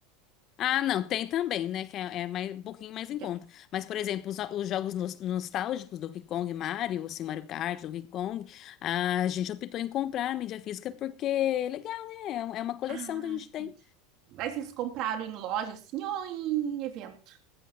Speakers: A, on the left; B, on the right.
A: Ah, não, tem também, né? Que é, é mais, um pouquinho mais
B: mídia
A: em conta.
B: física.
A: Mas, por exemplo, os, os jogos nos- nostálgicos do Donkey Kong, Mario, assim, Mario Kart, Donkey Kong, a gente optou em comprar a mídia física porque é legal, né? É, um- é uma coleção
B: Ah,
A: que a gente
B: entendi.
A: tem.
B: Mas vocês compraram em loja assim ou em evento?